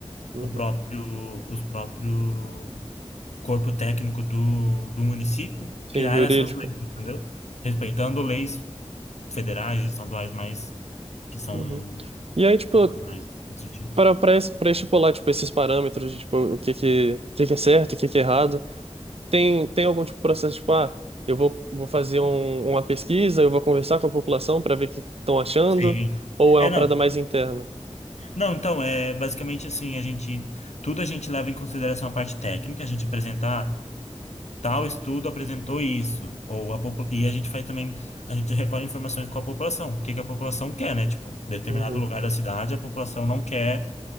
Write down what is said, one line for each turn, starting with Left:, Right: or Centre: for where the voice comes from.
Right: Uhum.
Left: o próprio, os próprio corpo técnico do, do município,
Right: Sim,
Left: criar
Right: jurídica.
Left: essas leis, entendeu? Respeitando leis federais, estaduais, mais que são
Right: Uhum. E aí, tipo,
Left: ma- mais restritivas.
Right: para para es- para estipular, tipo, esses parâmetros, de, tipo, o que que, o que que é certo, o que que é errado, tem, tem algum tipo de processo, tipo, ah, eu vou, vou fazer um, uma pesquisa, eu vou conversar com a população para ver o que estão achando,
Left: Sim.
Right: ou é
Left: É,
Right: uma
Left: não.
Right: parada mais interna?
Left: Não, então, é basicamente assim, a gente, tudo a gente leva em consideração a parte técnica, a gente apresenta, ah, tal estudo apresentou isso, ou a popu- e a gente faz também, a gente recolhe informações com a população, o que que a população quer, né? Tipo, determinado
Right: Uhum.
Left: lugar da cidade, a população não quer